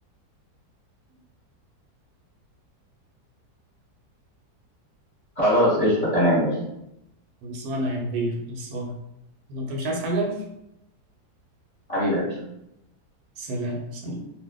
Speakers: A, on the left; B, on the right.
A: خلاص قشطة تمام ماشي
B: خلصانة يا كبير خلصانة والله انت مش عايز حاجة
A: حبيبي يا باشا
B: سلام سلام